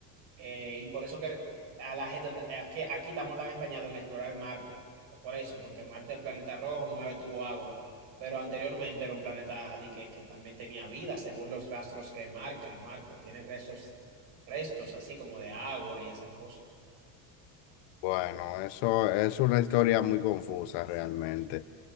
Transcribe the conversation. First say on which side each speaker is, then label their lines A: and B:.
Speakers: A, on the right (about 70°); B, on the left (about 70°).
A: Eh, y por eso que a la gente, eh, que aquí estamos tan empeñados en explorar Marte. Por eso, porque Marte es el planeta rojo, de una vez tuvo agua. Pero anteriormente era un planeta de que, que también tenía vida, según los rastros que marca Marte. Tiene restos, restos así como de agua y esas cosas.
B: bueno, eso es una historia muy confusa realmente.